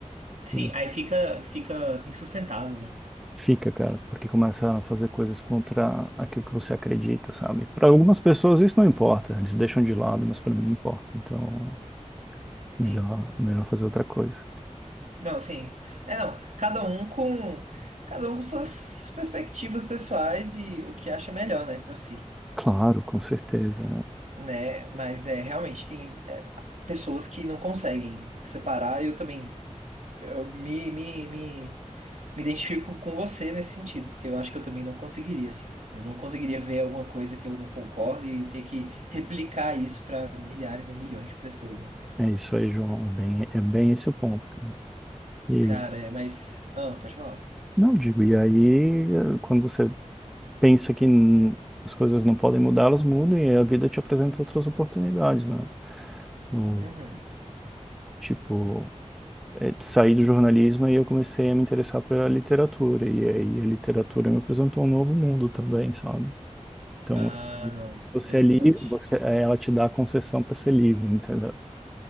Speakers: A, on the right; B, in the centre.
A: Sim,
B: E
A: aí fica, fica insustentável, né?
B: fica, cara, porque começa a fazer coisas contra aquilo que você acredita, sabe? Para algumas pessoas isso não importa, eles deixam de lado, mas para mim importa. Então, melhor,
A: Sim.
B: é melhor fazer outra coisa.
A: Não, sim. É, não, cada um com cada um com suas perspectivas pessoais e o que acha melhor, né, pra si.
B: Claro, com certeza.
A: né? Mas é realmente tem é, pessoas que não conseguem separar. Eu também eu me, me, me, me identifico com você nesse sentido, porque eu acho que eu também não conseguiria, assim. Eu não conseguiria ver alguma coisa que eu não concordo e ter que replicar isso para milhares ou milhões de pessoas, né?
B: É isso aí, João. É bem, é bem esse o ponto, cara. E
A: Cara, é, mas. Ah, pode falar.
B: não digo, e aí eh, quando você pensa que n- as coisas não podem mudar, elas mudam e a vida te apresenta outras oportunidades, né? No,
A: Uhum.
B: tipo, eh, saí do jornalismo e eu comecei a me interessar pela literatura e aí a literatura me apresentou um novo mundo também, sabe? Então,
A: Ah, não.
B: você
A: Interessante.
B: é livre, você, eh, ela te dá a concessão para ser livre, entendeu?